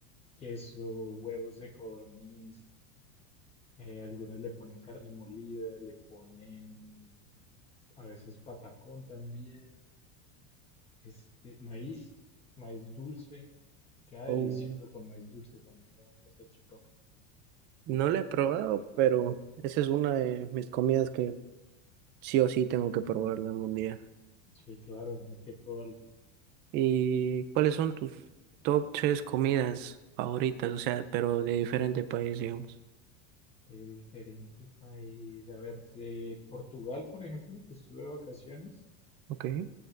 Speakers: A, on the left; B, on the right.
A: queso, huevos de codorniz. Eh, algunas le ponen carne molida, le ponen a veces patacón también, este, maíz, maíz dulce, queda
B: o-
A: delicioso con maíz dulce también la, la salchipapa.
B: no la he probado, pero esa es una de mis comidas que sí o sí tengo que probarla algún día.
A: Sí, claro, hay que probarla.
B: ¿Y cuáles son tus top tres comidas favoritas? O sea, pero de diferente país, digamos.
A: De diferente país, a ver, de Portugal, por ejemplo, que estuve de vacaciones,
B: Ok.